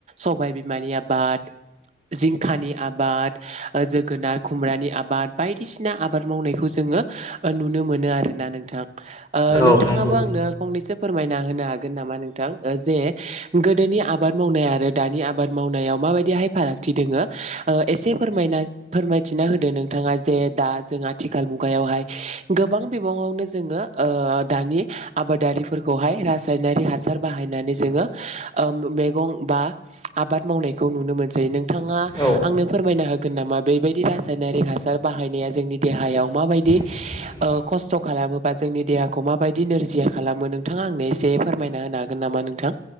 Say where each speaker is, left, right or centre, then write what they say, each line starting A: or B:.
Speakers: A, on the right (about 35°); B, on the left (about 20°).
A: सबायबिमानि आबाद। जिंखानि आबाद जोगोनार खुमब्रानि आबाद बायदिसिना आबाद मावनायखौ जोङो। ओ नुनो मोनो आरोना नोंथां आ
B: औ
A: नोंथाङाबो
B: नंगौ
A: आंनो फंनैसो फोरमायना होनो हा। गोन नामा नोंथां ओ जे गोदोनि आबाद मावनाय आरो दानि आबाद मावनायाव माबायदिहाय फाराग। थि दोङो ओ एसे फोरमायना फोरमायथिना होदो नोंथाङा जे दा जों आथिखाल मुगायावहाय। गोबां बिबाङावनो जोङो ओ दानि आबादारिफोरखौहाय रासायनारि हास। बाहायनानै जोङो ओम मैगं बा आबाद मावनायखौ नुनो मोनसै नों बिथाङा
B: औ
A: आंनो फोरमायनो हागोन हागोन नामा बेबायदि रासायनारिक हासार बाहायनाया जोंनि देहायाव माबायदि
B: <unintelligible>
A: ओ खस्थ' खालामोबा जोंनि देहाखौ माबायदि नोरजिया खालामो नोंथाङा आंनो एसे फोरमायना होनो हागोन नामा नोंथां